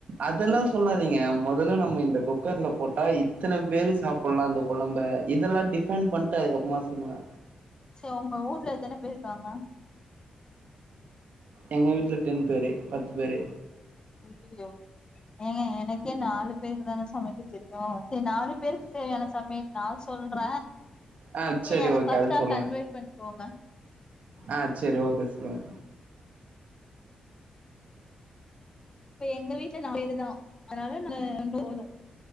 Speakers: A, on the right (about 70°); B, on the left (about 30°).
A: அதெல்லா சொல்லாதீங்க முதல்ல நம்ம இந்த குக்கர்ல போட்டா இத்தன பேரு சாப்டலா இந்த குழம்ப இதெல்லா டிஃபெண்ட் பண்ட்டு அதுக்கப்றமா சொல்லுங்க
B: செரி உங்க ஊட்ல எத்தன பேரு இருக்காங்க
A: எங்க வீட்டுல டென் பேரு பத்து பேரு
B: ஐய்யயோ ஏங்க எனக்கே நாலு பேரு தான் சமைக்க தெரியோ சரி நாலு பேருக்கு தேவையான சமைய நா சொல்ற
A: ஆ செரி
B: நீங்க அத
A: ஓகே
B: பத்தா
A: அது சொல்லுங்க
B: கன்வட் பண்ணிக்கோங்க
A: ஆ செரி ஓகே சொல்லுங்க
B: இப்ப எங்க வீட்ல நாலு பேருதா அதனால <unintelligible>